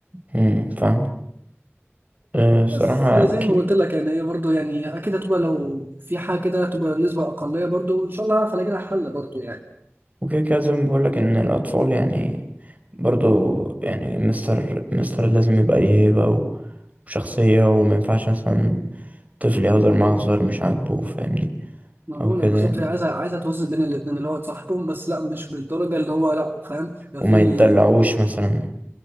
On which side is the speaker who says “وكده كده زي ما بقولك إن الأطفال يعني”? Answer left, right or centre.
Right